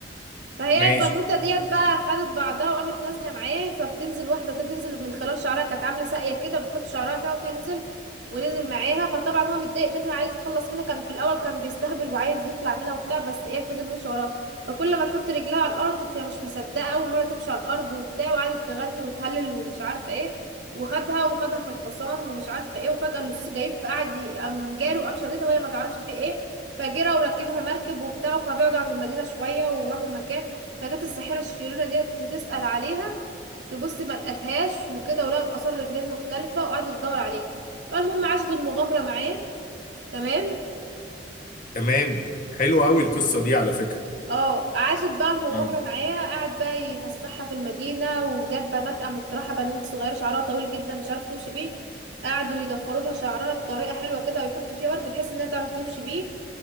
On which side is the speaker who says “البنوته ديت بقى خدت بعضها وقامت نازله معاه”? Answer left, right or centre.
Right